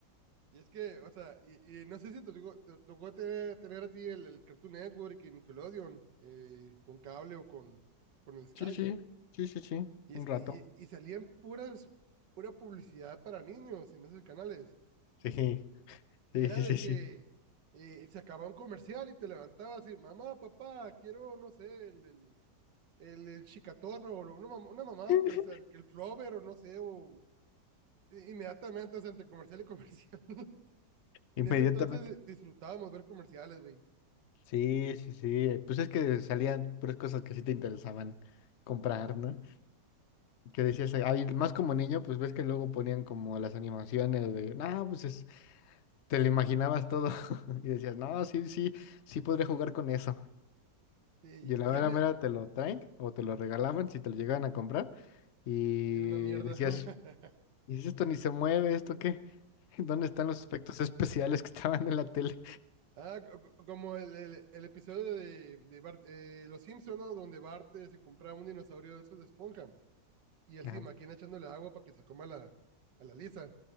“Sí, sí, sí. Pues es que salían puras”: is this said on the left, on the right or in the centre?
Left